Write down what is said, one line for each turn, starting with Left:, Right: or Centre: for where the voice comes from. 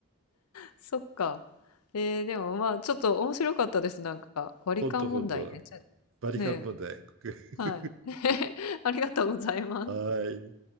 Left: そっか。えー、でもまあ、ちょっと面白かったです。なんか、割り勘問題ね。
Right: ほんとほんと。
Left: ちょ
Right: バリカン問題。
Left: ねえ。
Right: <laughs>
Left: はい。<laughs> ありがとうございます。
Right: はい。